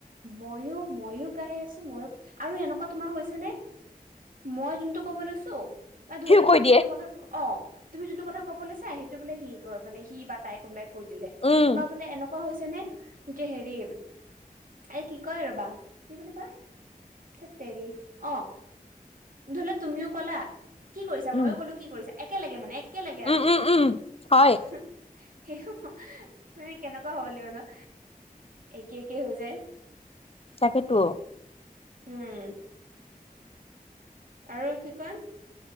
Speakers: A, on the right (about 65°); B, on the left (about 40°).
A: ময়ো ময়ো গাই আছো, ময়ো আৰু এনেকুৱা তোমাৰ হৈছে নে মই যোনটো ক'ব লৈছো মান ধৰি
B: সিও
A: লোৱা
B: কৈ
A: তুমি
B: দিয়ে
A: যোনটো কথা অ', ুমি যোনটো কথা ক'বলৈ চা সেইটো বোলে সি ক মানে সি বা তাই কোনবাই কৈ দিলে
B: উম
A: বা বোলে এনেকুৱা হৈছে নে যে হেৰি এই কি কয় ৰবা, কি বুলি কয়ৰ অ', ধৰিলেও তুমিও ক'লা, কি কৰিছা
B: উম
A: ময়ো ক'লো কি কৰিছা, একে লগে মানে একেল লগে
B: উম
A: আৰু
B: উম, উম, হয়
A: সেই মানে, কেনেকুৱা হব লাগিব ন একে একে হৈ যায়
B: তাকেইতো
A: উম, আৰু কি কম